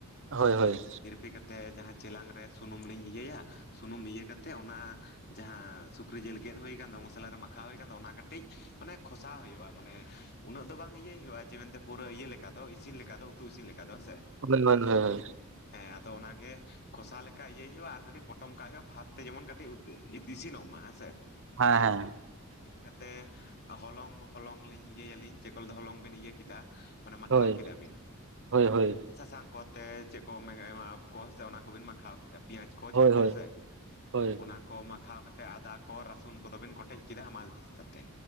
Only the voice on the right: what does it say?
ᱦᱳᱭ ᱦᱳᱭ᱾
ᱦᱳᱭ ᱦᱳᱭ ᱦᱳᱭ
ᱦᱮᱸ ᱦᱮᱸ᱾
ᱦᱳᱭ
ᱦᱳᱭ ᱦᱳᱭ
ᱦᱳᱭ
ᱦᱳᱭ
ᱦᱳᱭ